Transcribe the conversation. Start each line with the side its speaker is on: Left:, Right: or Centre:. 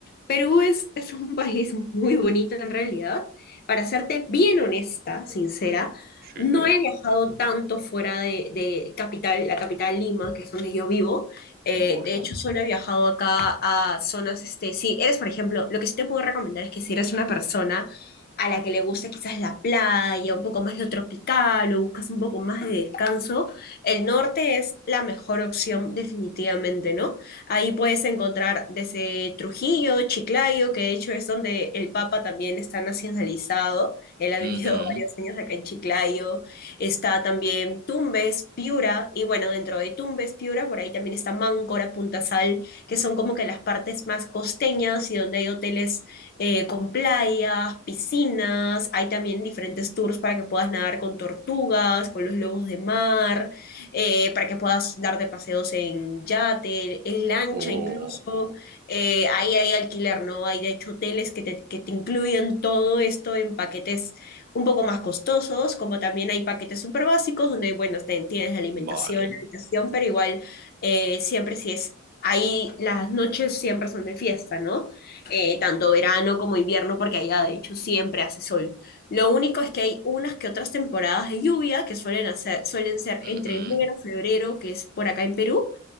Left: Perú es, es un <laughs> país muy bonito en realidad. Para serte bien honesta, sincera,
Right: Sí,
Left: no he viajado tanto fuera de, de capital, la capital Lima, que es donde yo vivo. Eh,
Right: bueno.
Left: de hecho, solo he viajado acá a zonas, este, si eres, por ejemplo, lo que sí te puedo recomendar es que si eres una persona a la que le gusta quizás la playa, un poco más lo tropical o buscas un poco más de descanso, el norte es la mejor opción definitivamente, ¿no? Ahí puedes encontrar desde Trujillo, Chiclayo, que de hecho es donde el Papa también está nacionalizado. Él ha vivido
Right: Ujú.
Left: <laughs> varios años acá en Chiclayo. Está también Tumbes, Piura, y bueno, dentro de Tumbes, Piura, por ahí también está Máncora, Punta Sal, que son como que las partes más costeñas y donde hay hoteles eh, con playas, piscinas. Hay también diferentes tours para que puedas nadar con tortugas, con los lobos de mar eh, para que puedas darte paseos en yate, en lancha
Right: Oh,
Left: incluso. Eh, ahí hay alquiler, ¿no? Hay de hecho hoteles que te, que te incluyen todo esto en paquetes un poco más costosos, como también hay paquetes súper básicos donde, bueno, te- tienes la alimentación,
Right: vale.
Left: la habitación, pero igual eh, siempre si es... Ahí las noches siempre son de fiesta, ¿no? Eh, tanto verano como invierno, porque allá de hecho siempre hace sol. Lo único es que hay unas que otras temporadas de lluvia que suelen hacer, suelen ser
Right: Ujú.
Left: entre enero, febrero, que es por acá en Perú,